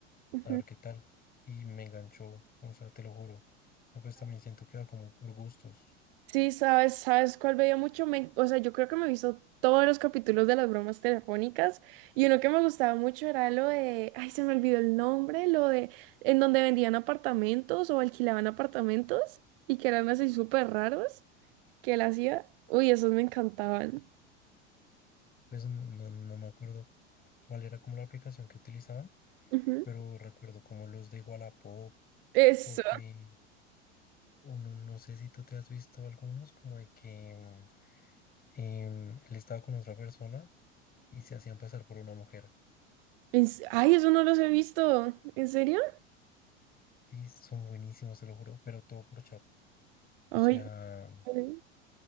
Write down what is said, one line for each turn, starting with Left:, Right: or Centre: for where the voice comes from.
Right: Ujú.
Left: a ver qué tal. Y me enganchó, o sea, te lo juro. O sea, pues también siento que va como por gustos.
Right: Sí, sabes, ¿sabes cuál veía mucho? Me- o sea, yo creo que me he visto todos los capítulos de las bromas telefónicas y uno que me gustaba mucho era lo de, ay, se me olvidó el nombre, lo de en donde vendían apartamentos o alquilaban apartamentos y que eran así súper raros que él hacía. Uy, esos me encantaban.
Left: Pues no, no me acuerdo cuál era como la aplicación que utilizaban,
Right: Ujú.
Left: pero recuerdo como los de Wallapop
Right: Eso.
Left: o que, o no, no sé si tú te has visto algunos, como de que mm, em, él estaba con otra persona y se hacían pasar por una mujer.
Right: En s- Ay, eso no los he visto. ¿En serio?
Left: Sí, son buenísimos, te lo juro, pero todo por chat. O
Right: Ay,
Left: sea,
Right: vale.